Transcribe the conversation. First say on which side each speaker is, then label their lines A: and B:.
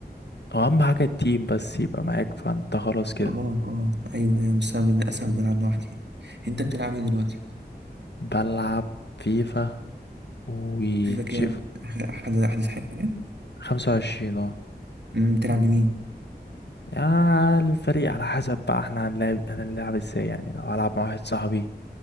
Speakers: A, on the left (about 80°); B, on the right (about 85°).
A: او اهم حاجة التيم بس يبقى معاك فانت خلاص كده
B: اه اه أيوه أيوه بس أنا للأسف بلعب لوحدي أنت بتلعب إيه دلوقتي؟
A: بلعب فيفا وتشيف
B: فيفا كام؟ آخر أحد أحدث حاجة؟
A: خمسة وعشرين اه
B: مم، بتلعب بمين؟
A: يا الفريق على حسب بقى احنا هنلعب هنلعب ازاي يعني لو هلعب مع واحد صاحبي